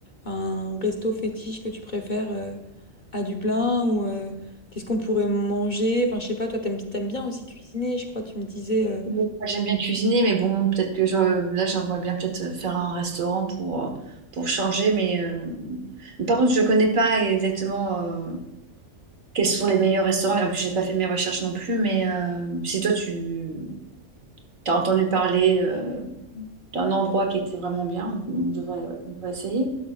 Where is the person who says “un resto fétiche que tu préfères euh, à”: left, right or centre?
Left